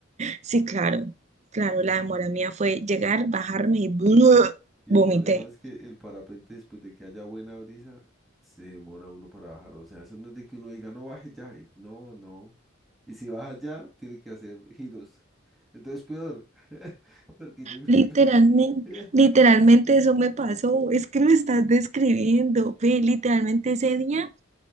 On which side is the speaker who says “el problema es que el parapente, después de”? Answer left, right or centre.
Centre